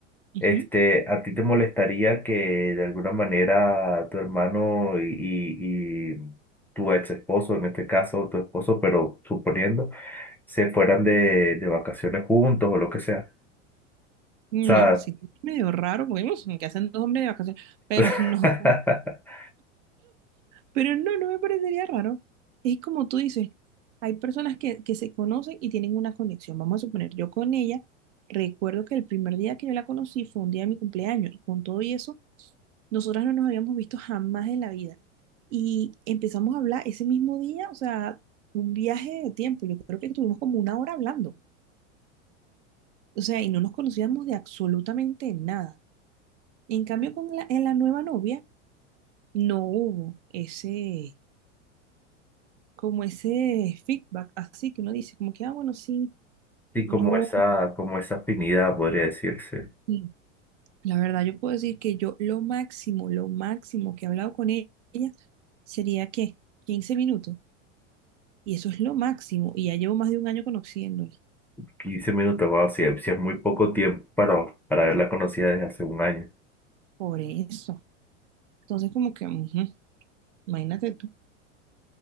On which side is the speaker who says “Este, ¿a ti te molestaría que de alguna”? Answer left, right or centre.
Centre